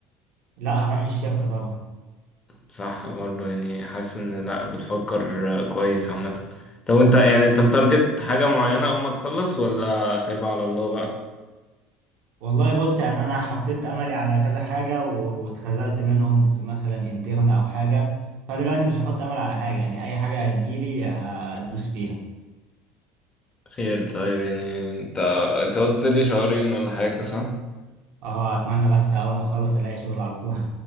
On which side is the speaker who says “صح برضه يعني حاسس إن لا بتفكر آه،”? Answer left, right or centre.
Left